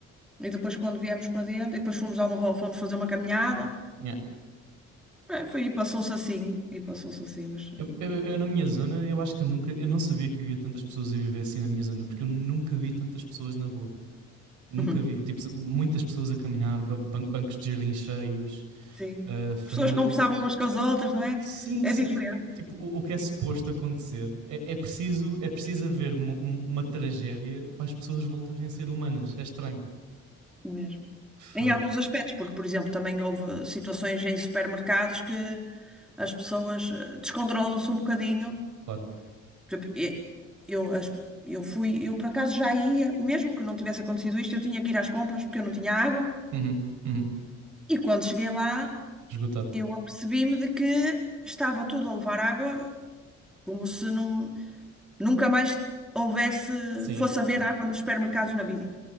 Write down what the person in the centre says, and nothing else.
e depois quando viemos para dentro, e depois fomos dar uma volta, fomos fazer uma caminhada,
Eh, foi, e passou-se assim, e passou-se assim, mas...
<laughs>
Sim.
Pessoas conversavam umas com as outras, não é?
É
diferente
mesmo.
Em alguns aspectos, porque, por exemplo, também houve situações em supermercados que as pessoas eh, descontrolam-se um bocadinho.
Por exemplo, e- Eu, as- eu fui, eu por acaso já ia, mesmo que não tivesse acontecido isto, eu tinha que ir às compras porque eu não tinha água.
E quando cheguei lá,
eu apercebi-me de que estava tudo a levar água, como se nun- nunca mais houvesse,
fosse haver
água nos supermercados na vida.